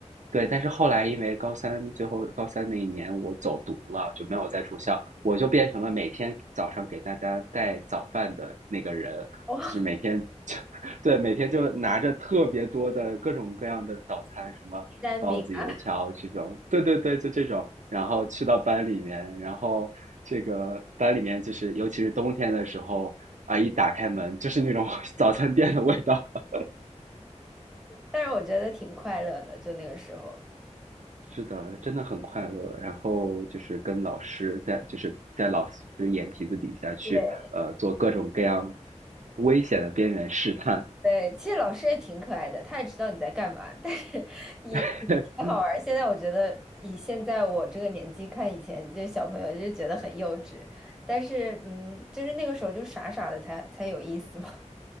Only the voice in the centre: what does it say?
哦，<laughs>
蛋饼啊，
但是我觉得挺快乐的，就那个时候。
对对。
对，其实老师也挺可爱的，他也知道你在干嘛，但是也也挺好玩儿现在我觉得，
以现在我这个年纪看以前这小朋友，就觉得很幼稚。但是，嗯，就是那个时候就傻傻的才才有意思嘛。